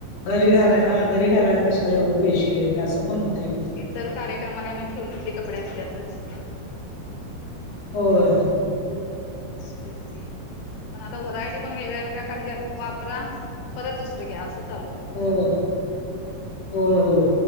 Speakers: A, on the left; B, on the left.
A: घरी घालाय, हा घरी घालायला कशाला एवढं पैसे असं पण होतय की.
B: तर कार्यक्रमा का म ठेवूनेतले कपडे असतातच.
A: होय
B: हो, आहे तेच की. पण आता वरा आयटि पण वेगळ्या वेगळ्या काढल्यात‌वापरा परत दुसरं घ्या, असं चालू. आहे
A: होय होय होय